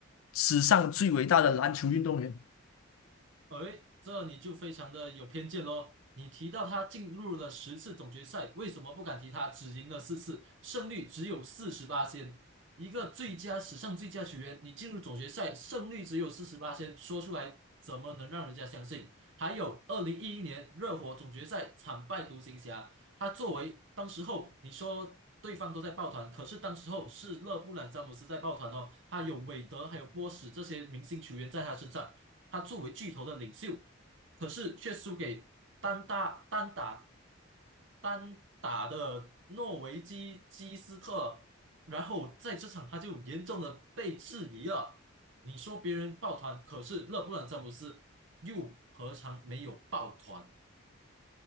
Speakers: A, on the left; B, on the right.
A: 史上最伟大的篮球运动员。
B: 哎，这你就非常的有偏见喽。你提到他进入了十次总决赛，为什么不敢提他只赢了四次，胜率只有百分之四十八一个最佳史上最佳球员，你进入总决赛胜率只有百分之四十八说出来怎么能让人家相信？还有，二零一一年热火总决赛惨败独行侠。他作为当时候你说对方都在抱团，可是当时候是勒布朗詹姆斯在抱团哦，他有韦德，还有波什这些明星球员在他身上，他作为巨头的领袖，可是却输给单打单打单打的诺维基基斯特，然后在这场他就严重的被质疑了。你说别人抱团，可是勒布朗詹姆斯又何尝没有抱团？